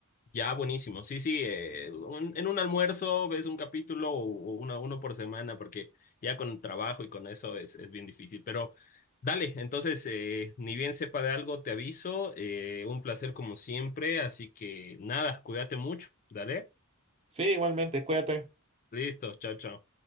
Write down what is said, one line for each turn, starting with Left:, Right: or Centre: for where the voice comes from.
Left: Ya, buenísimo. Sí, sí, eh, un- en un almuerzo ves un capítulo o o una, uno por semana, porque ya con el trabajo y con eso es, es bien difícil. Pero dale, entonces, eh, ni bien sepa de algo, te aviso. eh, un placer como siempre, así que nada, cuídate mucho. Dale.
Right: Sí, igualmente, cuídate.
Left: Listo, chao, chao.